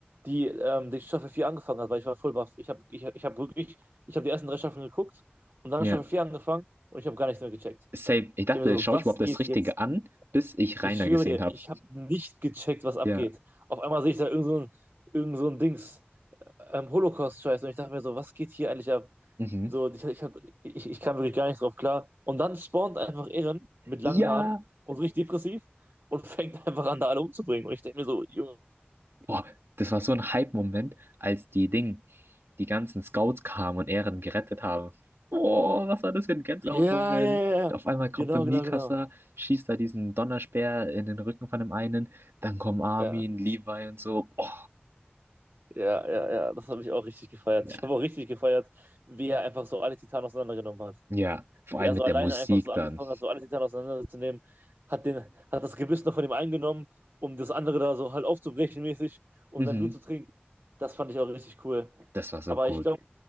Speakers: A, on the right; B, on the right.
A: die, ähm, die Staffel 4 angefangen hat, weil ich war voll baff. Ich habe ich, ich hab wirklich, ich habe die ersten drei Staffeln geguckt und dann
B: Ja.
A: hat Staffel 4 angefangen und ich habe gar nichts mehr gecheckt.
B: Safe. Ich dachte,
A: Ich habe mir so,
B: schaue
A: was
B: ich überhaupt das
A: geht
B: Richtige
A: jetzt?
B: an, bis ich
A: Ich
B: Rainer
A: schwöre
B: gesehen
A: dir,
B: habe.
A: ich habe nicht gecheckt, was
B: Ja.
A: abgeht. Auf einmal sehe ich da irgend so ein, irgend so ein Dings. ähm, Holocaust-Scheiß. Und ich dachte mir so, was geht hier eigentlich ab?
B: Mhm.
A: So, und ich, ich, hab- ich, ich kam wirklich gar nicht drauf klar. Und dann spawnt einfach Eren mit
B: Ja!
A: langen Haaren und so richtig depressiv und <laughs> fängt einfach an, da alle umzubringen. Und ich denke mir so, Junge,
B: Boah, das war so ein Hype-Moment, als die Ding, die ganzen Scouts kamen und Eren gerettet haben. Oh, was war das für ein Gänsehautmoment?
A: ja, ja, ja, ja.
B: Auf einmal kommt
A: Genau,
B: der Mikasa,
A: genau, genau.
B: schießt da diesen Donnerspeer in den Rücken von dem einen, dann kommen Armin,
A: Ja,
B: Levi und so. Oh,
A: ja, ja, ja. Das habe ich auch richtig gefeiert.
B: ja,
A: Ich habe auch richtig gefeiert, wie er einfach so alle Titanen auseinandergenommen hat.
B: Ja, vor
A: wie
B: allem
A: er
B: mit
A: so alleine
B: der Musik
A: einfach so angefangen
B: dann.
A: hat, so alles hinterher auseinanderzunehmen, hat den, hat das Gebiss noch von ihm eingenommen, um das andere da so halt aufzubrechen mäßig, um
B: Mhm.
A: sein Blut zu trinken. Das fand ich auch richtig cool.
B: Das war so
A: Aber
B: gut.
A: ich glaube,